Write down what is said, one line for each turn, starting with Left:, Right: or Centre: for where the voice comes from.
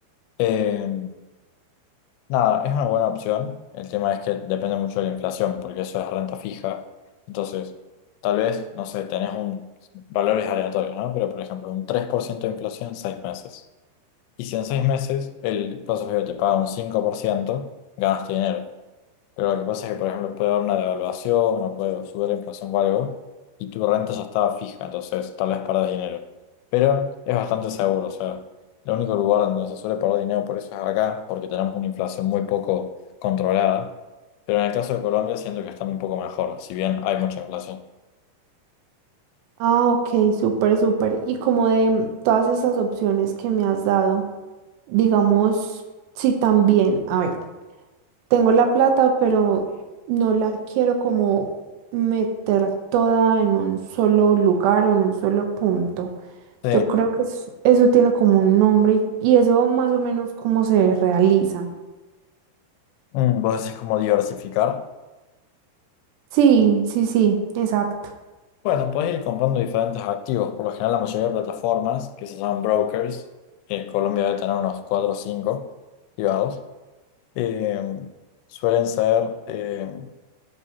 Left: Eh, nada, es una buena opción. El tema es que depende mucho de la inflación, porque eso es renta fija. Entonces, tal vez, no sé, tenés un, valores aleatorios, ¿no? Pero, por ejemplo, un 3% de inflación en seis meses. Y si en seis meses el plazo fijo te paga un 5% ganas tu dinero. Pero lo que pasa es que, por ejemplo, puede haber una devaluación o puede subir la inflación o algo, y tu renta ya estaba fija, entonces tal vez perdés dinero. Pero es bastante seguro, o sea, el único lugar donde se suele perder dinero por eso es acá, porque tenemos una inflación muy poco controlada. Pero en el caso de Colombia siento que están un poco mejor, si bien hay mucha inflación.
Right: Ah, ok, súper, súper. Y como de todas esas opciones que me has dado. digamos, si también, a ver, tengo la plata, pero no la quiero como meter toda en un solo lugar o en un solo punto.
Left: Sí,
Right: Yo creo que es- eso tiene como un nombre y, y eso más o menos cómo se realiza.
Left: Mm, vos decís como diversificar.
Right: Sí, sí, sí, exacto.
Left: Bueno, puedes ir comprando diferentes activos. Por lo general, la mayoría de plataformas que se llaman brokers, que en Colombia debe tener unos 4 o 5 privados, eh, suelen ser, eh,